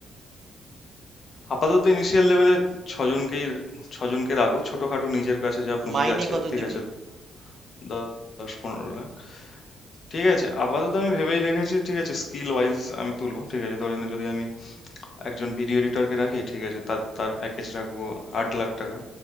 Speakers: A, on the left; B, on the right.
A: আপাতত ইনিশিয়াল লেভেলে ছজনকেই ছজনকে রাখবো ছোটখাটো নিজের কাছে যা পুঁজি
B: মাইনে
A: আছে
B: কত
A: ঠিক
B: দিবি
A: আছে দ- দশ পনেরো লাখ ঠিক আছে আপাতত আমি ভেবেই রেখেছি ঠিক আছে স্কিল ওয়াইজ আমি তুলবো ঠিক আছে ধরে নে যদি আমি একজন ভিডিও এডিটরকে রাখি ঠিক আছে তার তার প্যাকেজ রাখবো
B: উম,
A: আট লাখ টাকা